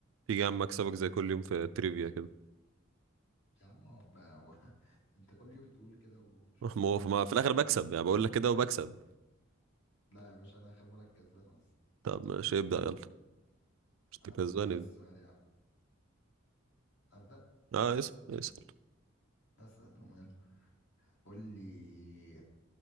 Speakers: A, on the right (about 80°); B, on the left (about 60°).
A: تيجي يا عم اكسبك زي كل يوم في التريفيا كده
B: يا عم اقعد بقى هو <laughs> انت كل يوم تقول كده ومشوفش
A: <laughs> ما
B: منك
A: هو في-
B: حاجة
A: ما في الاخر بكسب يعني بقول لك كده وبكسب
B: لا يا باشا انا اخر مرة الكسبان اصلا
A: طب ماشي ابدا يلا مش
B: ابدأ
A: تكذبني
B: انا السؤال يا عم ابدأ
A: اه اسال اسال
B: اسأل ومال قول لي